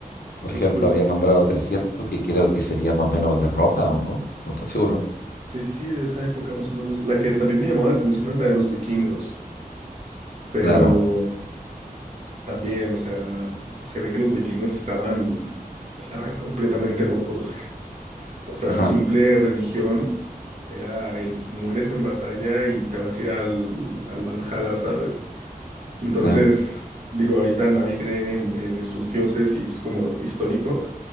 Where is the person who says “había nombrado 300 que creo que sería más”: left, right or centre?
Left